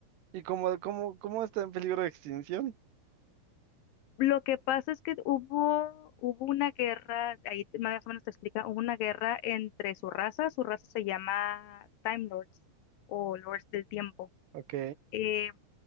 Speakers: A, on the right (about 80°); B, on the left (about 75°).
A: ¿Y cómo, cómo, cómo está en peligro de extinción?
B: Lo que pasa es que hubo, hubo una guerra, ahí te- más o menos te explica, hubo una guerra entre su raza, su raza se llama Time Lords o Lords del Tiempo.
A: Ok,
B: Eh,